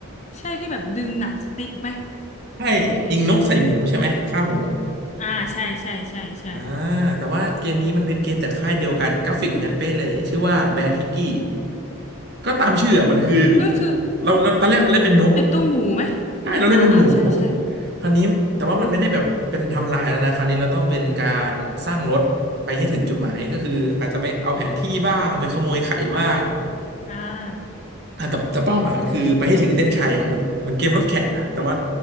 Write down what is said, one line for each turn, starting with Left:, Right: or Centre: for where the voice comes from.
Left: ใช่ที่แบบดึงหนังสติ๊กไหม
Right: ใช่ยิงนกใส่หมูใช่ไหมฆ่าหมู
Left: อะไรอย่างงี้อ่าใช่ใช่ใช่ใช่
Right: อ่าแต่ว่าเกมนี้มันเป็นเกมจากค่ายเดียวกันกราฟิกเหมือนกันเป๊ะเลยชื่อว่า Bad Piggy ก็ตามชื่ออะมันคือ
Left: ก็คือ
Right: เราเราตอนแรกเราเล่นเป็นนก
Left: ไอ้ตัวหมูไหม
Right: ใช่เราเล่นเป็นหมู
Left: อ่าอ่าใช่ใช่
Right: คราวนี้แต่ว่ามันไม่ได้แบบเป็นทำลายแล้วนะคราวนี้เราต้องเป็นการสร้างรถไปให้ถึงจุดหมายก็คืออาจจะไปเอาแผนที่บ้างไปขโมยไข่บ้าง
Left: โอ้อ่า
Right: อ่ะแต่แต่เป้าหมายมันคือไปให้ถึงเส้นชัยอ่ะมันมันเกมรถแข่งนะแต่ว่า